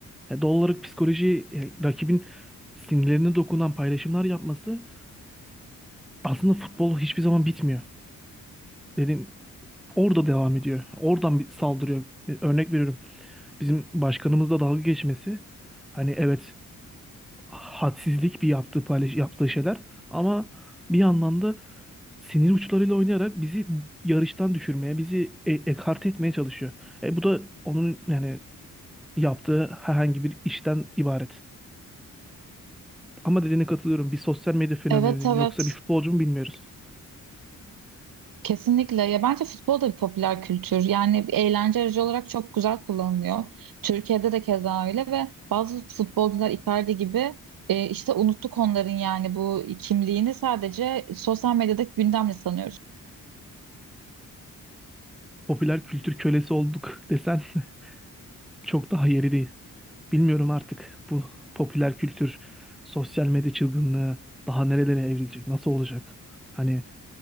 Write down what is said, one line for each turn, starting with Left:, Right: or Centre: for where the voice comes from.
Centre: E, doğal olarak psikoloji e, rakibin sinirlerine dokunan paylaşımlar yapması aslında futbol hiçbir zaman bitmiyor. Dedim orada devam ediyor. Oradan bir saldırıyor. E, Örnek veriyorum. Bizim başkanımızla dalga geçmesi. Hani evet hadsizlik bir yaptığı paylaş, yaptığı şeyler ama bir yandan da sinir uçlarıyla oynayarak bizi yarıştan düşürmeye, bizi e ekarte etmeye çalışıyor. E, bu da onun yani yaptığı herhangi bir işten ibaret. Ama dediğine katılıyorum. Bir sosyal medya fenomeni
Right: Evet, evet.
Centre: mi yoksa bir futbolcu mu bilmiyoruz.
Right: Kesinlikle. Ya bence futbol da bir popüler kültür. Yani bir eğlence aracı olarak çok güzel kullanılıyor. Türkiye'de de keza öyle ve bazı futbolcular Icardi gibi e, işte unuttuk onların yani bu kimliğini sadece sosyal medyadaki gündemle sanıyoruz.
Centre: Popüler kültür kölesi olduk desen <laughs> çok daha yeri değil. Bilmiyorum artık bu popüler kültür, sosyal medya çılgınlığı daha nerelere evrilecek, nasıl olacak? Hani